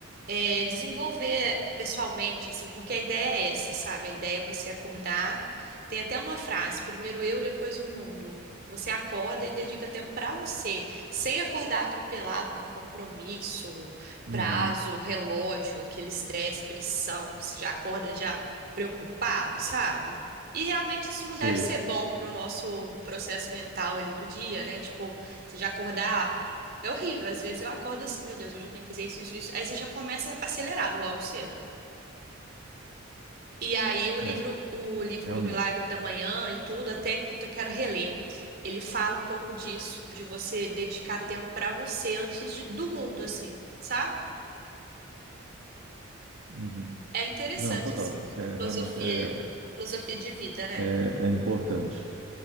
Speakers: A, on the right (about 45°); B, on the right (about 65°).
A: é, desenvolver pessoalmente, assim, porque a ideia é essa, sabe? A ideia é você acordar. Tem até uma frase, primeiro eu, depois o mundo. Você acorda e dedica tempo para você, sem acordar atropelado por compromisso,
B: Uhum.
A: prazo, relógio, aquele estresse, pressão, que você já acorda já preocupado, sabe? E realmente isso não
B: Sei.
A: deve ser bom pro nosso processo mental ali do dia, né? Tipo, você já acordar. É horrível, às vezes eu acordo assim, meu Deus, hoje eu tenho que fazer isso, isso, isso. Aí você já começa acelerado logo cedo. E aí o livro,
B: É,
A: o livro
B: realmente.
A: do Milagre da Manhã e tudo, até que eu tô- quero reler. Ele fala um pouco disso, de você dedicar tempo pra você antes de- do mundo, assim, sabe?
B: Uhum.
A: É interessante,
B: Não, total.
A: assim,
B: Isso é,
A: filosofia,
B: realmente é,
A: filosofia de vida, né?
B: é, é importante.